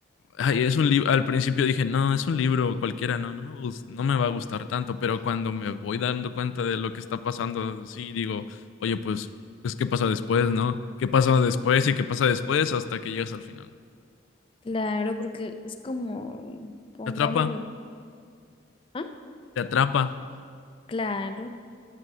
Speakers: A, on the left (about 85°); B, on the left (about 30°).
A: ay, es un libro, al principio dije, no, es un libro cualquiera, no, no me gus- no me va a gustar tanto, pero cuando me voy dando cuenta de lo que está pasando, sí, digo, oye, pues, pues, ¿qué pasa después, no? ¿Qué pasa después y qué pasa después hasta que llegas al final?
B: Claro, porque es como, pongámosle,
A: Te atrapa,
B: ah,
A: te atrapa.
B: claro,